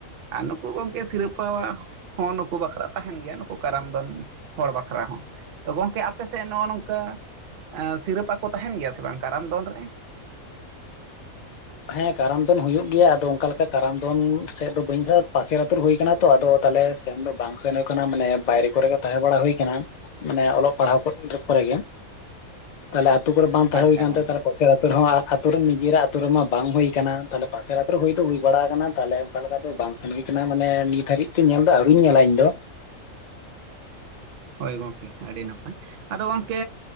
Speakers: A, on the right; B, on the left.
A: ᱟᱨ ᱱᱩᱠᱩ ᱜᱚᱝᱠᱮ ᱥᱤᱨᱯᱟᱣᱟ ᱦᱚᱸ ᱱᱩᱠᱩ ᱵᱟᱠᱷᱨᱟ ᱛᱟᱦᱮᱸᱱ ᱜᱮᱭᱟ ᱱᱩᱠᱩ ᱠᱟᱨᱟᱢ ᱫᱚᱱ ᱦᱚᱲ ᱵᱟᱠᱷᱨᱟ ᱦᱚᱸ ᱛᱚ ᱜᱚᱢᱠᱮ ᱟᱯᱮ ᱥᱮᱫ ᱱᱚᱜᱼᱚ ᱱᱚᱝᱠᱟ ᱥᱤᱨᱟᱹᱯᱟ ᱠᱚ ᱛᱟᱦᱮᱸᱱ ᱜᱮᱭᱟ ᱥᱮ ᱵᱟᱝ ᱠᱟᱨᱟᱢ ᱫᱚᱱ ᱨᱮ
B: ᱦᱮᱸ ᱠᱟᱨᱟᱢ ᱫᱚᱱ ᱦᱩᱭᱩᱜ ᱜᱮᱭᱟ ᱟᱫᱚ ᱚᱱᱠᱟ ᱞᱮᱠᱟ ᱠᱟᱨᱟᱢ ᱫᱚᱱ ᱥᱮᱫ ᱫᱚ ᱵᱟᱹᱧ ᱯᱟᱥᱮᱨ ᱟᱹᱛᱩ ᱨᱮ ᱦᱩᱭ ᱟᱠᱟᱱᱟ ᱛᱚ ᱟᱫᱚ ᱛᱟᱦᱚᱞᱮ ᱥᱮᱱ ᱫᱚ ᱵᱟᱝ ᱥᱮᱱ ᱦᱳᱭ ᱟᱠᱟᱱᱟ ᱢᱟᱱᱮ ᱵᱟᱭᱨᱮ ᱠᱚᱨᱮ ᱜᱮ ᱛᱟᱦᱮᱸ ᱵᱟᱲᱟ ᱦᱩᱭ ᱟᱠᱟᱱᱟ ᱢᱟᱱᱮ ᱚᱞᱚᱜ ᱯᱟᱲᱦᱟᱜ ᱠᱚᱨᱮ ᱜᱮ ᱛᱟᱦᱚᱞᱮ ᱟᱛᱩ ᱠᱚᱨᱮ ᱵᱟᱝ ᱛᱟᱦᱮᱸ
A: ᱟᱪᱪᱷᱟ
B: ᱦᱩᱭᱠᱟᱱ
A: ᱜᱚᱝᱠᱮ
B: ᱛᱮ ᱛᱟᱦᱞᱮ ᱯᱟᱥᱮᱨ ᱟᱹᱛᱩ ᱨᱮᱦᱚᱸ ᱟᱨ ᱟᱹᱛᱩ ᱨᱮᱱ ᱱᱤᱡᱮᱨᱟᱜ ᱟᱹᱛᱩ ᱨᱮᱢᱟ ᱵᱟᱝ ᱦᱩᱭ ᱟᱠᱟᱱᱟ ᱛᱟᱦᱚᱞᱮ ᱯᱟᱥᱮᱨ ᱟᱛ ᱨᱮ ᱦᱩᱭ ᱫᱚ ᱦᱩᱭ ᱵᱟᱲᱟ ᱟᱠᱟᱱᱟ ᱛᱟᱦᱚᱞᱮ ᱚᱱᱠᱟ ᱞᱮᱠᱟ ᱫᱚ ᱵᱟᱝ ᱥᱮᱱ ᱦᱩᱭ ᱠᱟᱱᱟ ᱢᱟᱱᱮ ᱱᱤᱛ ᱦᱟᱹᱨᱤᱡ ᱧᱮᱞ ᱫᱚ ᱟᱹᱣᱨᱤᱧ ᱧᱮᱞᱟ ᱤᱧ ᱫᱚ
A: ᱦᱳᱭ ᱜᱚᱢᱠᱮ ᱟᱹᱰᱤ ᱱᱟᱯᱟᱭ ᱟᱫᱚ ᱜᱚᱢᱠᱮ